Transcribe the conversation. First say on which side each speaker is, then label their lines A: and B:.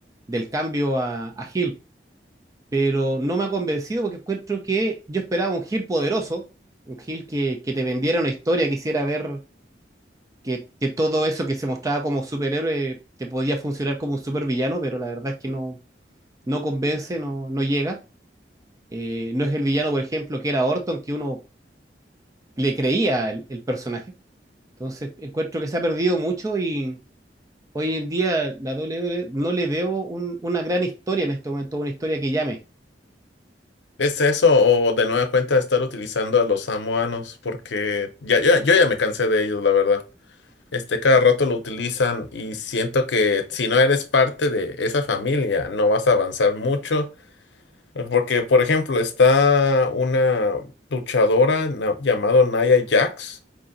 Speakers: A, on the right; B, on the left.
A: del cambio a, a heel pero no me ha convencido porque encuentro que yo esperaba un Gil poderoso, un Gil que, que te vendiera una historia, quisiera ver que, que todo eso que se mostraba como superhéroe te podía funcionar como un supervillano, pero la verdad es que no, no convence, no, no llega. Eh, no es el villano, por ejemplo, que era Orton, que uno le creía el, el personaje. Entonces, encuentro que se ha perdido mucho y hoy en día la WWE no le veo un- una gran historia en este momento, una historia que llame.
B: ¿Es eso o de nueva cuenta estar utilizando a los samoanos? Porque ya, ya- yo ya me cansé de ellos, la verdad. Este, cada rato lo utilizan y siento que si no eres parte de esa familia, no vas a avanzar mucho. Porque, por ejemplo, está una luchadora na- llamada Nia Jax.